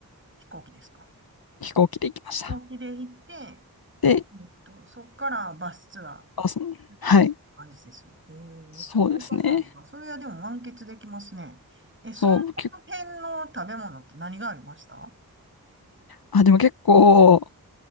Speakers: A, on the right; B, on the left.
A: 飛行機ですか
B: 飛行機で行きました。
A: 飛行機で行って、
B: で、
A: えっと、そっからバスツアーっ
B: あ、その、はい、
A: て感じですね。えー、
B: そうですね、
A: 10日間かんか。それはでも満喫できますね。え、その辺の食べ物って何がありました
B: そう、け、あ、でも結構、